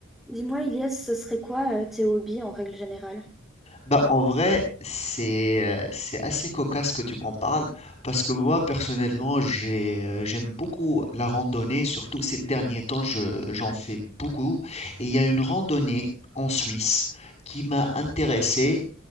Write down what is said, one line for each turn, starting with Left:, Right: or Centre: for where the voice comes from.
Centre: Dis-moi, Ilias, ce serait quoi euh, tes hobbies en règle générale?
Left: Bah, en vrai, c'est euh, c'est assez cocasse que tu m'en parles parce que moi, personnellement, j'ai, euh, j'aime beaucoup la randonnée. Surtout ces derniers temps, je- j'en fais beaucoup. Et il y a une randonnée en Suisse qui m'a intéressé.